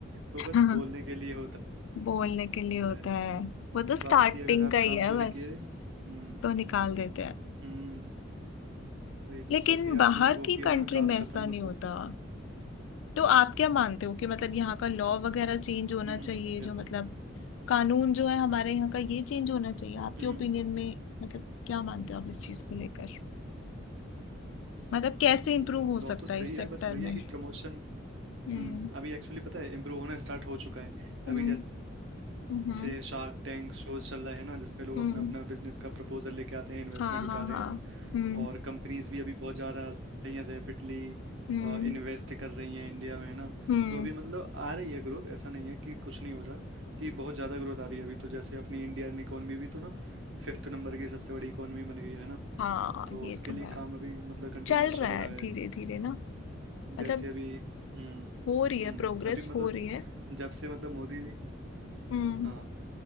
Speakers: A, on the right (about 70°); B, on the left (about 75°).
A: वो बस
B: हाँ
A: बोलने के लिए होता
B: <laughs> बोलने के लिए होता
A: है
B: है वो तो स्टार्टिंग
A: बाकी अगर आप
B: का ही
A: काम
B: है
A: चोरी
B: बस
A: किए हम्म
B: तो निकाल देते हैं
A: हम्म वही
B: लेकिन
A: तो जैसे ही
B: बाहर
A: आपने वो
B: की
A: किया
B: कंट्री
A: ना काम
B: में ऐसा
A: खत्म
B: नहीं
A: मतलब
B: होता तो आप क्या मानते हो कि मतलब यहाँ का लॉ वगैरह चेंज होना
A: हम्म
B: चाहिए
A: हम्म, कैसे
B: जो मतलब कानून जो है हमारे यहाँ का ये चेंज होना चाहिए आपके
A: हम्म
B: ओपिनियन में मतलब क्या मानते हो आप इस चीज को लेकर मतलब कैसे
A: नहीं
B: इम्प्रूव हो
A: लॉ
B: सकता
A: तो सही
B: है इस सेक्टर
A: है बस वही
B: में
A: है कि प्रमोशन
B: हम्म
A: हम्म अभी एक्चुअली पता है इम्प्रूव होना स्टार्ट हो चुका है अभी
B: हम्म
A: जैसे
B: हम्म
A: से शार्क टैंक शोज चल रहा है ना जिसपे लोग
B: हम्म
A: अपना अपना बिजनेस का प्रपोजल लेके आते हैं इन्वेस्टमेंट
B: हाँ
A: उठा
B: हाँ हाँ
A: रहे हैं
B: हम्म
A: और कंपनीज भी अभी बहुत ज़्यादा आ रही हैं रैपिडली
B: हम्म
A: इन्वेस्ट कर रही हैं इंडिया में है ना
B: हम्म
A: तो अभी मतलब आ रही है ग्रोथ ऐसा नहीं है कि कुछ नहीं हो रहा कि बहुत ज़्यादा ग्रोथ आ रही है अभी तो जैसे अपनी इंडियन इकोनॉमी भी तो ना फिफ्थ नंबर की सबसे बड़ी इकोनॉमी बन गई है ना
B: हाँ
A: तो
B: ये
A: उसके
B: तो
A: लिए
B: है
A: काम अभी मतलब कंटिन्यूस
B: चल
A: चल
B: रहा है
A: रहा है
B: धीरे धीरे ना
A: जैसे
B: मतलब
A: अभी हम्म
B: हो रही है
A: हम्म
B: प्रोग्रेस
A: अभी मतलब
B: हो रही है
A: जब से मतलब मोदी
B: हम्म
A: हाँ